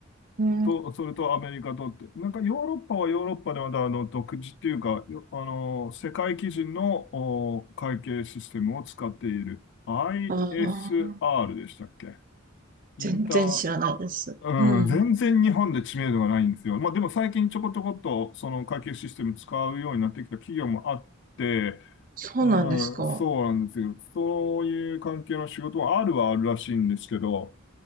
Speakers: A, on the right (about 45°); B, on the left (about 60°).
A: うん。
B: と、
A: あ
B: それとアメリカとって、なんかヨーロッパはヨーロッパでまだあの、独自っていうか、よあの、世界基準のお会計システムを使っている。ISR
A: あ。
B: でしたっけインター
A: 全然知らないです。
B: うん、
A: うん。
B: 全然日本で知名度がないんですよ。まあでも最近ちょこちょこっとその会計システム使うようになってきた企業もあって、
A: そうなんですか。
B: うん、そうなんですよ。そういう関係の仕事はあるはあるらしいんですけど、